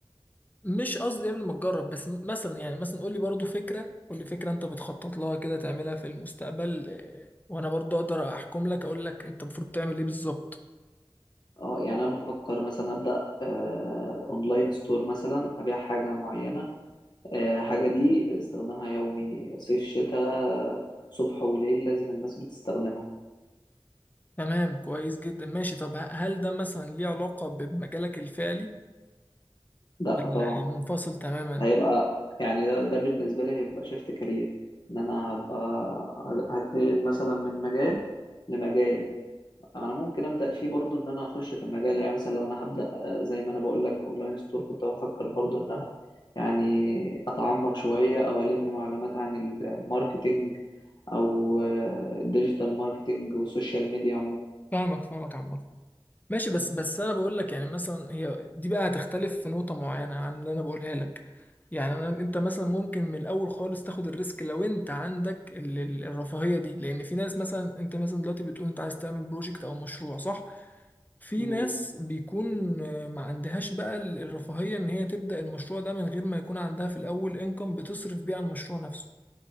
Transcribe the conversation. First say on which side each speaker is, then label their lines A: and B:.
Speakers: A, on the left; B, on the left.
A: مش قصدي قبل ما تجرب بس م- مثلا يعني مثلا قول لي برضو فكرة قول لي فكرة انت بتخطط لها كده تعملها في المستقبل آه، وانا برضو اقدر احكم لك اقول لك انت المفروض تعمل ايه بالظبط
B: اه يعني انا بفكر مثلا ابدا آه اونلاين ستور مثلا ابيع حاجه معينه آه حاجه دي استخدامها يومي صيف شتاء صبح وليل لازم الناس بتستخدمها
A: تمام كويس جدا ماشي طب ه- هل ده مثلا ليه علاقة بمجالك الفعلي
B: لا
A: ولا
B: طبعا
A: منفصل تماما
B: هيبقى يعني ده ده بالنسبة لي هيبقى شيفت كارير ان انا هبقى هتنقل مثلا من مجال لمجال انا ممكن ابدا فيه برضو ان انا اخش في المجال يعني مثلا لو انا هبدا آه، زي ما انا بقول لك اونلاين ستور كنت بفكر برضو ان انا يعني اتعمق شوية او الم معلومات عن ال- الماركتينج او آه، الديجيتال ماركتينج والسوشيال ميديا
A: فاهمك فاهمك عامة ماشي بس بس انا بقول لك يعني مثلا هي دي بقى هتختلف في نقطة معينة عن اللي انا بقولها لك يعني أنا انت مثلا ممكن من الاول خالص تاخد الريسك لو انت عندك ال- ال- الرفاهية دي لان في ناس مثلا انت مثلا دلوقتي بتقول انت عايز تعمل بروجكت او مشروع صح في
B: عموما
A: ناس بيكون آه، ما عندهاش بقى ال- الرفاهية ان هي تبدأ المشروع ده من غير ما يكون عندها في الاول انكم بتصرف بيه على المشروع نفسه